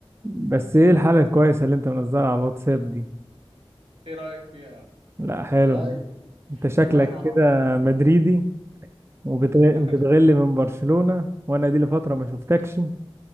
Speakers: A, on the right (about 25°); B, on the right (about 65°).
A: بس ايه الحالة الكويسة اللي انت منزلها على الواتساب دي
B: ايه رايك فيها
A: لا حلو
B: والله
A: يعني انت شكلك
B: والله انا
A: كده مدريدي وبتغل
B: <laughs>
A: من برشلونة وانا دي لفترة ما شفتكش